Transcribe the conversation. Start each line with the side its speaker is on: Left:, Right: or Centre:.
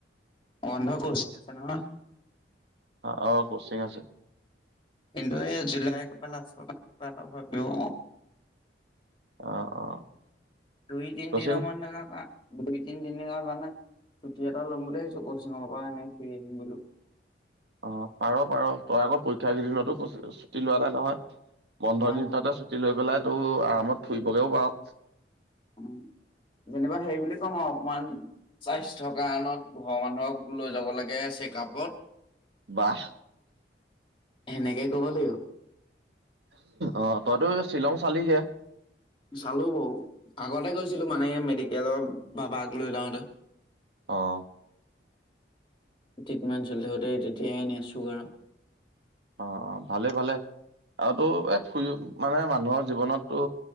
Left: অন্ধ কচি আছে নহয়
Right: অ অ কচিং আছে
Left: কিন্তু এই জুলাই কিবা লাষ্টৰ কিবা এটা ভাবো
Right: অ অ
Left: দুই তিনিদিনৰ
Right: কচিং
Left: মানে ক দুই তিনি দিন কাৰ মানে ছুটি এটা ল'ম বুলি ভাবছো কচিঙৰ পৰা এনেই ফুৰি আহিম বোলো
Right: অ পাৰ পাৰ তই আকৌ পৰীক্ষা কেইদিনতো ছুটি লোৱা নাই নহয় বন্ধৰ
Left: নাই
Right: দিনতে
Left: লোৱা।
Right: ছুটি লৈ পেলাই তটো আৰামত ফুৰিবগৈও পাৰও
Left: উ যেনিবা হে বুলি কম আৰু অকমান স্বাস্থ্যৰ কাৰণত ঘৰৰ মানুহক লৈ যাব লাগে চেকআপত
Right: বাহ
Left: সেনেকে কব লাগিব
Right: অ তইতো শ্বিলং চালি যেে
Left: চালো বৌ আগতে গৈছিলো মানে মেডিকেলৰ বাবাক লৈ যাওঁতে
Right: অ
Left: ট্ৰিটমেণ্ট চলি থাকোঁতে তেতিয়াইনেিয় ছুগাৰ
Right: অ অ ভালে ভালে আৰুো এই ফুৰি মানে মানুহৰ জীৱনতটো